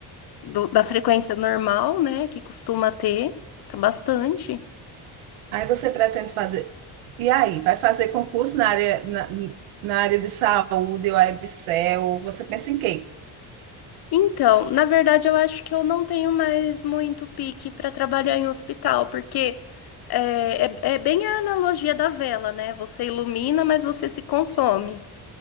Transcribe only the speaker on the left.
do- da frequência normal, né, que costuma ter, tá bastante.
Então, na verdade, eu acho que eu não tenho mais muito pique para trabalhar em hospital, porque é, é, é bem a analogia da vela, né? Você ilumina, mas você se consome.